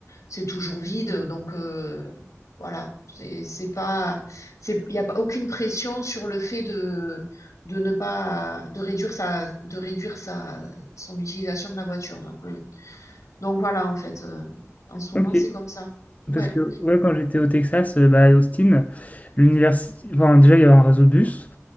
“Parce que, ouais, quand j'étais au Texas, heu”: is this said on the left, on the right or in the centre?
Left